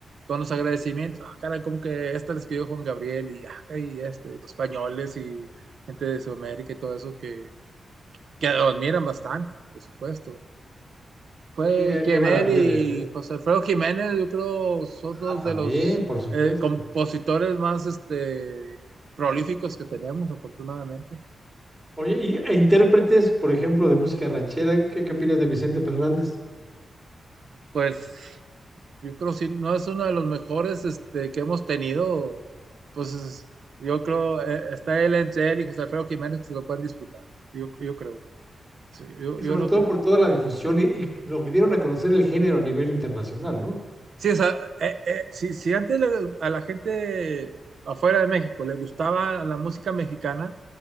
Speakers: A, on the right; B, on the right.
A: con los agradecimientos, ah, cara, como que esta la escribió Juan Gabriel y, ah, y este, los españoles y gente de Sudamérica y todo eso que, que lo admiran bastante, por supuesto. ¿no? Fue
B: Y eh,
A: quien
B: qué maravilla
A: él y
B: de, de-
A: José Alfredo Jiménez, yo creo, son
B: Ah,
A: dos
B: también,
A: de los
B: por supuesto.
A: eh, compositores más este, prolíficos que teníamos afortunadamente.
B: Oye, y, e intérpretes, por ejemplo, de música ranchera, ¿qué, qué opinas de Vicente Fernández?
A: Pues yo creo si no es uno de los mejores este, que hemos tenido, pues es- yo creo, eh, está él entre él y José Alfredo Jiménez que se lo pueden disputar. Yo, yo creo. Sí, yo,
B: Sí,
A: yo
B: sobre
A: no
B: todo
A: creo.
B: por toda la difusión y, y lo que dieron a conocer el género a nivel internacional, ¿no?
A: Sí, o sea, eh, eh, si, si antes la- a la gente afuera de México le gustaba la música mexicana,